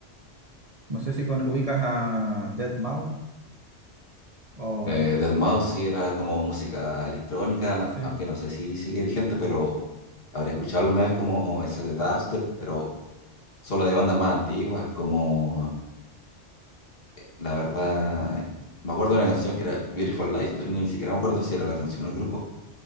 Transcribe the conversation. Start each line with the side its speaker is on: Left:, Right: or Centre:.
Right: No sé si con- ubicas a deadmau o...
Left: Eh, deadmau5 sí era como música electrónica,
Right: Sí.
Left: aunque no sé si sigue vigente, pero habré escuchado alguna vez como ese dubstep, pero solo de bandas más antiguas, como la verdad, me acuerdo de una canción que era Beautiful Lies, pero ni siquiera me acuerdo si era la canción o el grupo